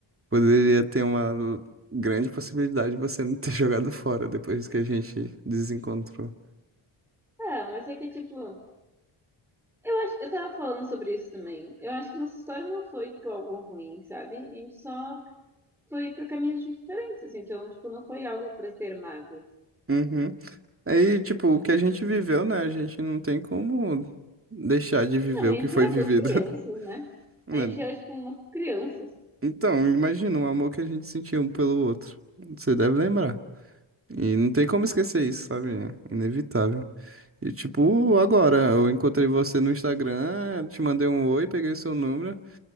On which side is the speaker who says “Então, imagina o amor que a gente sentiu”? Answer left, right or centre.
Right